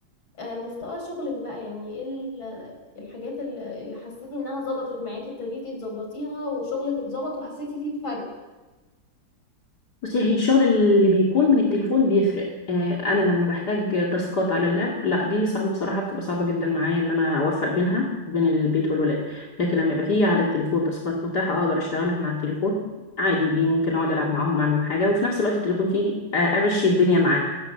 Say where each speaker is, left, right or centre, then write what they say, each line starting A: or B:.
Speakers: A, on the left; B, on the left.
A: آه، مستوى شغلك بقى يعني ايه ال- الحاجات اللي, اللي حسيتي انها ظبطت معاكي ابتديتي تظبطيها وشغلك اتظبط وحسيتي فيه بفرق
B: بصي هي الشغل اللي بيكون من التليفون بيفرق آه، انا لما بحتاج تاسكات على اللاب لا دي صعبه بصراحه بتبقى صعبه جدا معايا ان انا اوفق بينها وبين البيت والولاد لكن لما يبقى فيه على التليفون تاسكات متاحه اقدر اشتغلها من على التليفون عادي دي ممكن اقعد العب معاهم اعمل حاجه وفي نفس الوقت التليفون في ايدي آه، امشي الدنيا معاه